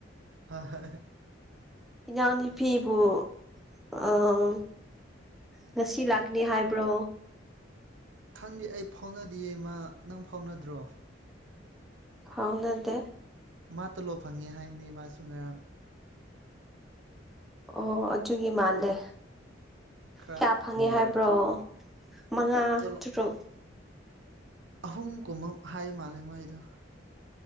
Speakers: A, on the right; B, in the centre.
A: ꯍꯣꯏ‌ ꯍꯣꯏ
B: ꯏꯅꯥꯎ ꯅꯨꯨꯄꯤꯕꯨ ꯑꯥ ꯉꯁꯤ ꯂꯥꯛꯀꯅꯤ ꯍꯥꯏꯕ꯭ꯔꯣ
A: ꯈꯪꯗꯦ ꯑꯩ ꯐꯥꯎꯅꯗꯤꯌꯦ ꯃꯥ ꯅꯪ ꯐꯥꯎꯅꯗ꯭ꯔꯣ
B: ꯐꯥꯎꯅꯗꯦ
A: ꯃꯥ ꯇꯣꯂꯣꯞ ꯐꯪꯉꯦ ꯍꯥꯏꯕꯅꯦ ꯃꯥꯁꯨ ꯉꯔꯥꯡ
B: ꯑꯣ ꯑꯗꯨꯒꯤ ꯃꯥꯜꯂꯦ
A: ꯈꯔ
B: ꯀꯌꯥ ꯐꯪꯉꯦ
A: ꯅꯨꯡꯉꯥꯏꯔꯝꯃꯅꯤ
B: ꯍꯥꯏꯕ꯭ꯔꯣ ꯃꯉꯥ
A: ꯇꯣꯂꯣꯞ
B: ꯇꯔꯨꯛ
A: ꯑꯍꯨꯝꯒꯨꯝꯕ ꯍꯥꯏ ꯃꯥꯜꯂꯦ ꯃꯥꯏꯗꯣ